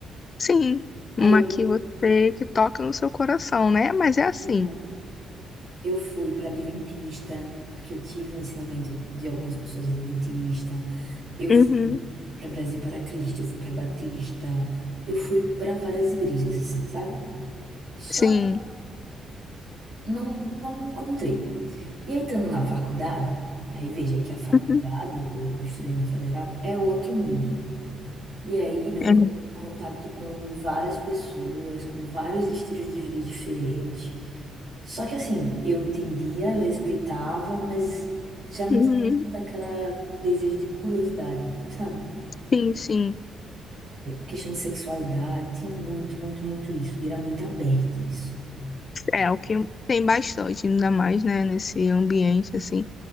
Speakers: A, on the left (about 40°); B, on the right (about 60°).
A: Sim,
B: Aí
A: uma
B: eu,
A: que você que toca no seu coração, né? Mas é assim.
B: Exato. eu fui para Adventista, porque eu tive um ensinamento de algumas pessoas adventistas. Eu fui
A: Uhum.
B: para Brasil para Cristo, eu fui para Batista, eu fui para várias igrejas, assim, sabe? Só
A: Sim.
B: não, não me encontrei. E aí, estando na faculdade, aí veja que a faculdade,
A: Uhum.
B: eu eu estudei na Federal, é outro mundo. E aí, de novo,
A: É.
B: contato com várias pessoas, com vários estilos de vida diferentes. Só que, assim, eu entendia, eu respeitava, mas já não
A: Uhum.
B: tinha tanto aquele desejo de curiosidade, sabe?
A: Sim, sim.
B: questão de sexualidade, tinha muito, muito, muito isso, e era muito aberto isso.
A: É o que tem bastante, ainda mais, né, nesse ambiente assim.